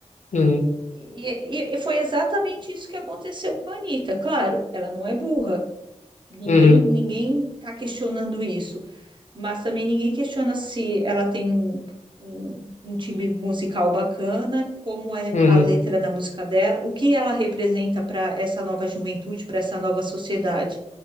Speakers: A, on the left; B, on the right.
A: uhum,
B: E, e- e foi exatamente isso que aconteceu com a Anitta. Claro, ela não é burra. Ninguém,
A: uhum,
B: ninguém está questionando isso. Mas também ninguém questiona se ela tem um, um, um timbre musical bacana, como é
A: uhum,
B: a letra da música dela, o que ela representa para essa nova juventude, para essa nova sociedade.